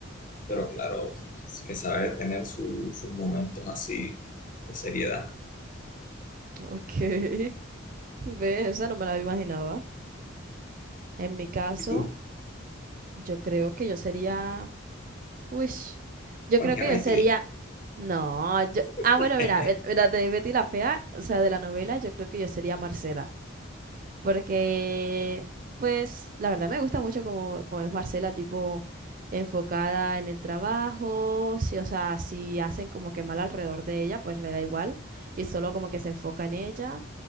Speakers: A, on the left; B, on the right.
A: pero claro, es que sabe tener su- sus momentos así de seriedad.
B: ok. <laughs> Ve, esa no me la imaginaba. En mi caso,
A: ¿Y tú?
B: yo creo que yo sería. Uy, yo
A: Oiga,
B: creo que
A: Betty.
B: yo sería. No, yo. Ah,
A: <laughs>
B: bueno, mira, ver- mira, de Betty la Fea, o sea, de la novela, yo creo que yo sería Marcela. Porque, pues, la verdad me gusta mucho como, como es Marcela, tipo, enfocada en el trabajo. Sí, o sea, si hacen como que mal alrededor de ella, pues le da igual. Y solo como que se enfoca en ella.